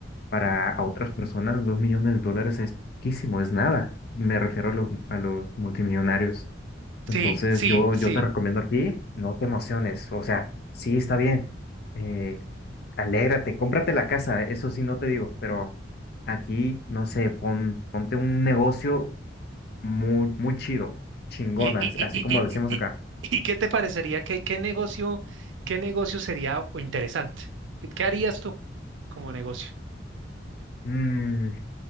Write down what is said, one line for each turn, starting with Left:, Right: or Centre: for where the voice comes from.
Left: para a otras personas dos millones de dólares es poquísimo, es nada. Me refiero a los, a los multimillonarios. Entonces
Right: Sí, sí,
Left: yo,
Right: sí.
Left: yo te recomiendo aquí, no te emociones, o sea, sí está bien, eh, alégrate, cómprate la casa, eso sí no te digo, pero aquí, no sé, pon, ponte un negocio muy, muy chido, chingona,
Right: ¿Y, y,
Left: as-
Right: y,
Left: así
Right: y,
Left: como decimos
Right: y, y-
Left: acá.
Right: y qué te parecería? ¿Qué, qué negocio, qué negocio sería o interesante? ¿Qué qué harías tú como negocio?
Left: Mm,